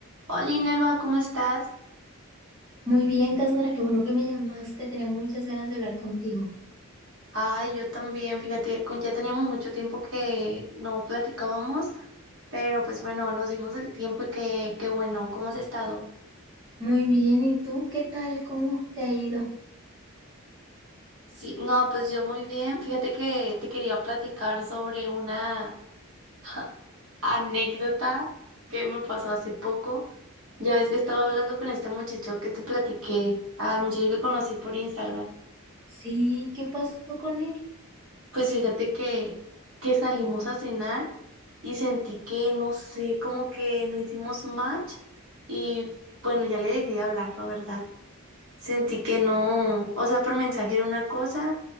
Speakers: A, on the right (about 65°); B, on the right (about 20°).
A: Hola, Nelva, ¿cómo estás?
B: Muy bien, Cassandra, qué bueno que me llamaste. Tenía muchas ganas de hablar contigo.
A: Ay, yo también, fíjate, con- ya teníamos mucho tiempo que no platicábamos, pero pues bueno, nos dimos el tiempo y qué, qué bueno, ¿cómo has estado?
B: Muy bien, ¿y tú qué tal? ¿Cómo te ha ido?
A: Sí, no, pues yo muy bien, fíjate que te quería platicar sobre una <laughs> anécdota que me pasó hace poco. Ya ves que estaba hablando con este muchacho que te platiqué, al muchacho que conocí por Instagram.
B: Sí, ¿qué pasó con él?
A: Pues fíjate que, que salimos a cenar. y sentí que, no sé, como que no hicimos match y bueno, ya le dejé de hablar, la verdad. Sentí que no, o sea, por mensaje era una cosa,